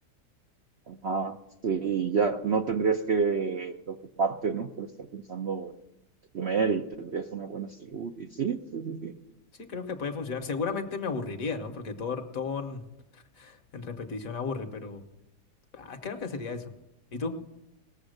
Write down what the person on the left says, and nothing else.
Sí, creo que puede funcionar. Seguramente me aburriría, ¿no? Porque todo, todo en en repetición aburre, pero ah, creo que sería eso. ¿Y tú?